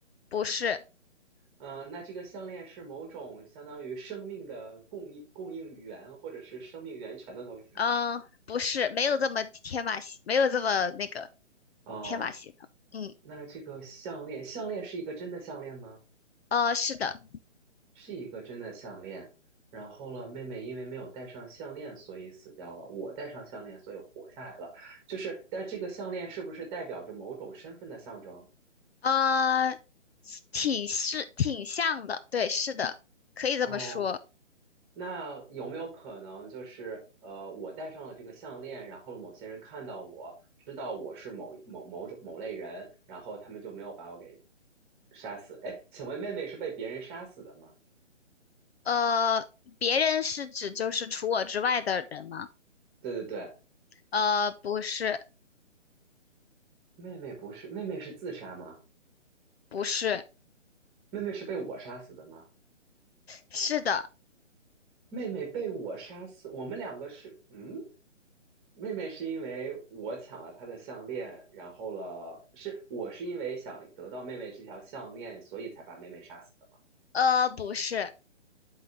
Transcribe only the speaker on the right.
嗯，那这个项链是某种相当于生命的供应供应源，或者是生命源泉的东西吗？
哦，
那这个项链，项链是一个真的项链吗？
是一个真的项链。然后了，妹妹因为没有戴上项链，所以死掉了。我戴上项链，所以活下来了。就是，但这个项链是不是代表着某种身份的象征？
哦，那有没有可能就是呃，我戴上了这个项链，然后某些人看到我，知道我是某某某种某类人，然后他们就没有把我给杀死？哎，请问妹妹是被别人杀死的吗？
对对对，
妹妹不是，妹妹是自杀吗？
妹妹是被我杀死的吗？
妹妹被我杀死，我们两个是嗯。妹妹是因为我抢了她的项链，然后了，是我是因为想得到妹妹这条项链，所以才把妹妹杀死的吗？